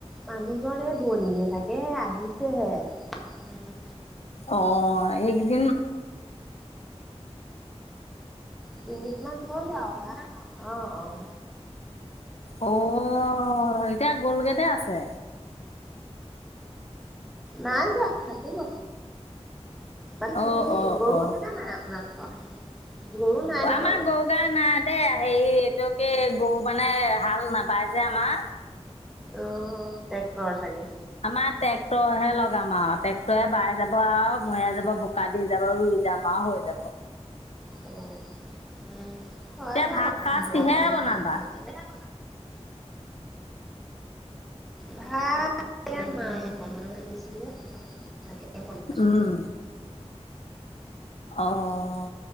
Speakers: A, in the centre; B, on the left (about 70°).
A: মানুহজন এ দূৰনিত হে, থাকে আহিছেহে।
B: অ', এইকেইদিন
A: তিনদিন মান হ'ল অহা। অঁ।
B: অঁ, এতিয়া গ'লগে নে আছে!
A: নাই যোৱা, থাকিব। বাকী, খেতি
B: অ', অ',
A: গৰু
B: অ'। অ',
A: আছেনে নাই আপোনালোকৰ? গৰু নাই। নহয়
B: আমাৰ গৰু-গা নাই দেই, হেৰি এইটো কি গৰু মানে হাল নাবায় যে আমাৰ।
A: অঁ, টেক্টৰ চাগে।
B: আমাৰ ট্ৰেক্টৰ হে লগাম আৰু, ট্ৰেক্টৰে বাই যাব আৰু, মৰিযায় যাব, বোকা দি যাব। ৰুই যাম আৰু হৈ যাব।
A: উম, হয় বাৰু,
B: এতিয়া ভাত সাজ
A: হাল
B: কিহেৰে বনাবা
A: বাবলৈ ভাত এ, মাছ অকমান আনিছিলে। তাকে, বনাই আছো।
B: উম অঁ,